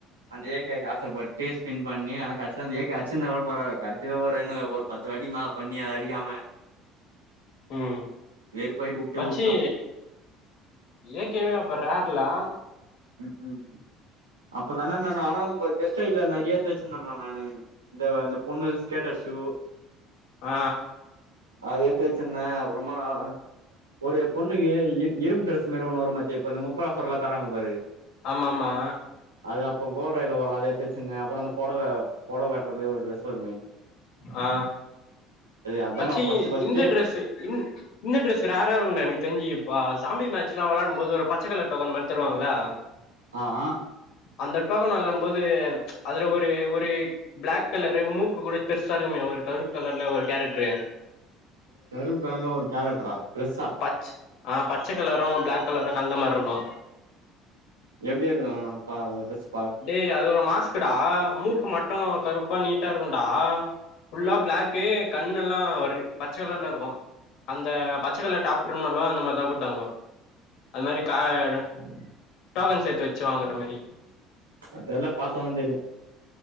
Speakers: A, on the right; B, on the left.
A: அந்த ஏக்கேக்கு ஆசைப்பட்டு ஸ்பின் பண்ணி ஆனா கடைசில அந்த ஏக்கே அச்சிந்தா கூட பரவால கடச்சது ஒரு என்ன ஒரு பத்து வாட்டிக்கு மேல பண்ணி அத அடிக்காம
B: ம்
A: வெறுப்பாயிட்டு வுட்டே
B: மச்சி
A: வுட்டோ
B: ஏக்கேவ அப்ப ரேர்ல்லா
A: ம் ம் அப்பதான நான் ஆனா அந்து கெஸ்டாய்ட்ல்ல நெறையா எத்து வச்சிருந்தே நானு இந்த இந்த பொண்ணு ஸ்கேட்டர் ஷு
B: ஆ
A: அத எத்துவச்சுர்ந்த அப்புறம்மா ஒரு பொண்ணுக்கு இர் இரும்பு டிரெஸ் மேரி ஒன்னு வரு மத்தியா இப்ப இந்த முப்பர ஆஃபர்ல்ல தராங்க பாரு
B: ஆம்ம ஆம்மா
A: அது அப்போ கோடயர்ல வரு அது எத்து வெச்சுர்ந்த அப்புற அந்த பொடவ கட்டுற மேரி ஒரு ட்ரஸ்வருமே
B: ஆ
A: அதா
B: மச்சி
A: நா ஃபர்ஸ்ட் ஃபர்ஸ்ட்
B: இந்த ட்ரெஸ்ஸு இன் இந்த டிரஸ் ரேரா இருக்குன்டா எனக் தெஞ்சுப்ப சாம்பி மேட்ச்லா விளாடும்போது ஒரு பச்சகல டோக்கன் மாரி தருவாங்கள்ள <unintelligible>
A: அ அ
B: அந்த டோக்கன் விளாம்போது அதுல ஒரு ஒரு பிளாக் கலரு மூக்கு குட பெர்சா இருக்குமே ஒரு கருப்பு கலர்ல ஒரு கேரட்ரு
A: கருப்கலல்ல ஒரு கேரக்டரா டிரெஸ்ஸா
B: பச் ஆ பச்ச கலரும் பிளாக் கலரும் கலந்த மாரிருக்கு
A: எப்டிஇர்க்கு பாக்க ட்ரெஸ்ஸு
B: டேய் அது ஒரு மாஸ்குடா மூக்கு மட்டு கருப்பா நீட்டா இருக்குன்டா ஃபுல்லா பிளாகக்கு கண்ணுல்லா ரெ பச்சகலர்ல்ல இர்க்கு அந்த பச்சகலர் டாப் குடுமல்லோ அந்த மார்தாகுட்டாங்கோ அத மேரி காரு டோக்கன் சேத்து வெச்சு வாங்குர மேரி
A: அத் தெர்ல்ல பாத்ததா தெரியு